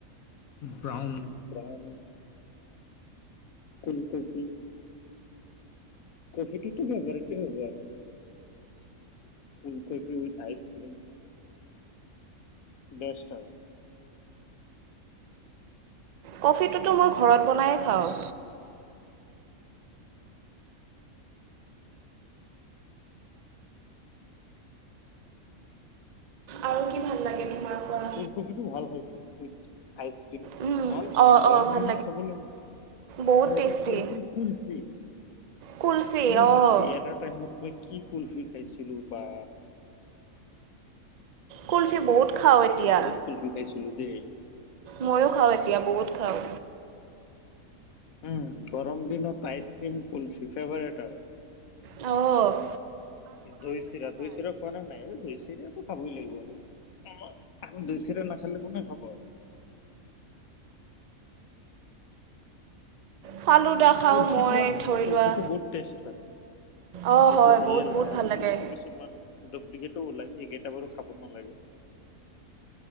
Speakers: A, on the left (about 75°); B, on the right (about 80°).
A: ব্ৰাউন ব্ৰাউন কুলফি কফিটোতো বেবাৰজে হ'ব আৰু cool coffee with ice cream best আৰু
B: কফিটোতো মই ঘৰত বনায়ে খাওঁ। আৰু কি ভাল লাগে তোমাৰ কোৱা
A: কুলকফিটো ভাল হয় উই আইচক্ৰীম
B: উম,
A: ভাল হয়
B: অঁ
A: গৰম
B: অঁ ভাল
A: দিনত খাব লাগে।
B: বহুত
A: আৰু
B: টেষ্টি
A: এটা কি আছিল কুলফি
B: কুলফি
A: কুলফি
B: অঁ
A: এটা টাইমত কি কুলফি খাইছিলোঁ বা
B: কুলফি বহুত খাওঁ এতিয়া
A: বহুত কুলফি খাইছিলো দেই
B: ময়ো খাওঁ এতিয়া বহুত খাওঁ
A: উম গৰম দিনত আইচক্ৰিম কুলফি ফেভাৰেট আৰু
B: অফ
A: দৈ চিৰা দৈ চিৰা খোৱা নাই নাই দৈ চিৰা চিয়াতটো খাবই লাগিব আৰু আমাৰ দৈ চিয়া নাখালে কোনে খাব আৰু
B: ফালুদা খাওঁ
A: কূলফিটো
B: মই
A: আ
B: ধৰি
A: কূলফিটো
B: লোৱা
A: বহুত টেষ্ট হয়
B: অঁ
A: যিটো
B: হয়
A: ৰিয়েল
B: বহুত বহুত
A: হয় আজিকালিতো
B: ভাল লাগে
A: কিছু দবলিকেল ও ওলাই সেইকেইটা বাৰু খাব নালাগে